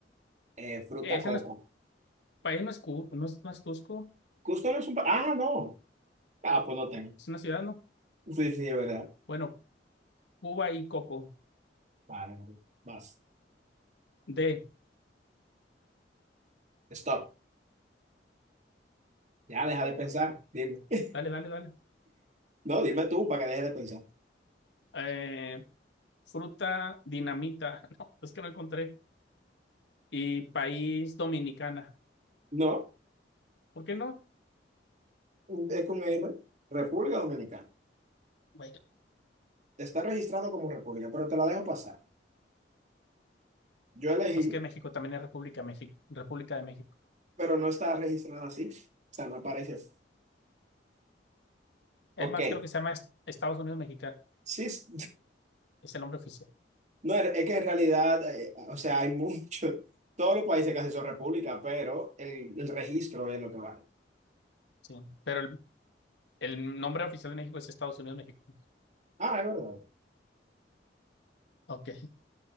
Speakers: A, on the right (about 40°); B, on the left (about 75°).
A: eh, fruta
B: Eh, Ese
A: coco.
B: no es, país no es, Cu- no es, no es Cusco,
A: Cusco no es un... país? Ah, no. Ah, pues no tengo.
B: es una ciudad, ¿no?
A: Sí, sí, es verdad.
B: Bueno, Cuba y Coco,
A: Vale, vale. Vas.
B: D,
A: Stop. Ya, deja
B: stop,
A: de pensar.
B: Ok,
A: Dime. <laughs>
B: Dale, dale, dale.
A: No, dime tú para que dejes de pensar.
B: Eh, fruta dinamita, <laughs> no, es que no encontré. y país Dominicana.
A: No,
B: ¿Por qué no?
A: es con R. República Dominicana.
B: Bueno,
A: Está registrado como República, pero te la dejo pasar. Yo elegí,
B: pues que México también es República, México, República de México.
A: pero no está registrada así. O sea, no aparece así.
B: Es
A: Ok.
B: más, creo que se llama Est- Estados Unidos Mexicanos.
A: Sí, es-
B: Es el nombre oficial.
A: <laughs> no, es que en realidad, eh, o sea, hay mucho. Todos los países casi son república, pero el, el registro es lo que vale.
B: Sí, pero el, el nombre oficial de México es Estados Unidos Mexicanos.
A: Ah, es verdad.
B: Ok,